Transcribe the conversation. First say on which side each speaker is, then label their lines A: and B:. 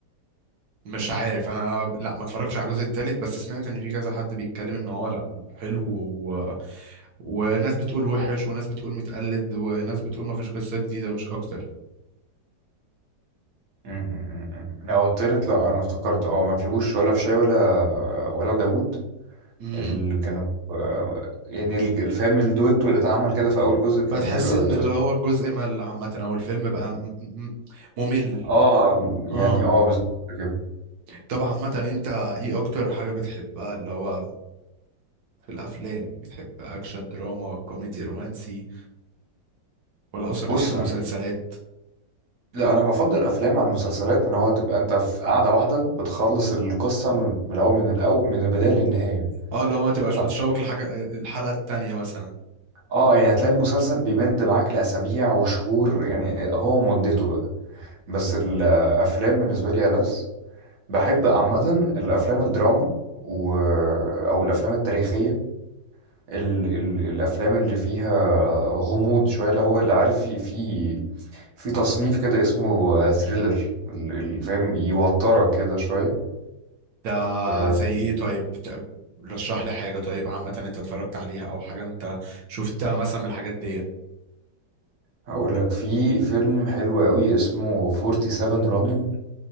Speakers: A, on the right; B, on the right.
A: مش عارف انا لا ما اتفرجتش على الجزء الثالث بس سمعت ان في كذا حد بيتكلم ان هو لا حلو و... وناس بتقول وحش وناس بتقول متقلد وناس بتقول ما فيش قصه جديده مش اكتر
B: م- م- م- م. لا هو التالت لا أنا افتكرت اه ما فيهوش ولا فيشاوي ولا ولا داوود
A: امم.
B: اللي كانوا آه، يعني الفيلم الدويتو اللي اتعمل كده في أول جزء كان
A: فتحس
B: حلو أوي
A: ان
B: طب
A: اللي هو الجزء مل عامة او الفيلم بقى م- م- ممل
B: اه يعني
A: اه
B: اه بالظبط كده
A: طب عامة انت ايه اكتر حاجة بتحبها اللي هو في الافلام بتحب اكشن دراما كوميدي رومانسي ولا اصلا
B: بص
A: بتحب مسلسلات
B: انا لا انا بفضل افلام عن المسلسلات ان هو تبقى انت في قاعده واحده بتخلص القصه من من الاول من الاول من البدايه للنهايه
A: اه لو ما تبقاش
B: ف...
A: متشوق لحاجة الحلقة التانية مثلا
B: اه يعني هتلاقي المسلسل بيمد معاك لاسابيع وشهور يعني هو مدته بقى بس الافلام بالنسبه لي ألذ بحب عامه الافلام الدراما و... او الافلام التاريخيه ال ال الافلام اللي فيها غموض شويه اللي هو اللي عارف في في في تصنيف كده اسمه ثريلر اللي فاهم يوترك كده شويه
A: ده
B: آه،
A: زي ايه طيب بت- رشح لي حاجة طيب عامة انت اتفرجت عليها او حاجة انت شفتها مثلا من الحاجات دي
B: هقول لك في فيلم حلو قوي اسمه 47 رونن